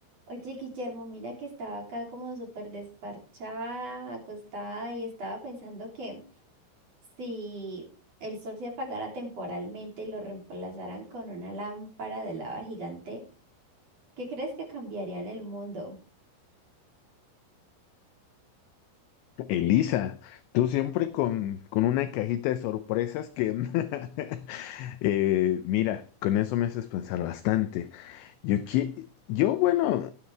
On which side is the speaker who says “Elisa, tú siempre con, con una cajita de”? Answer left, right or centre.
Left